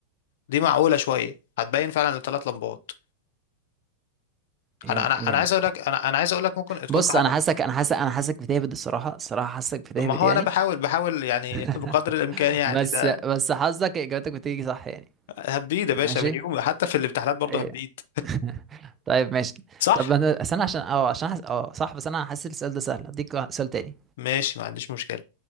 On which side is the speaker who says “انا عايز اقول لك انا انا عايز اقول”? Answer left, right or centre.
Left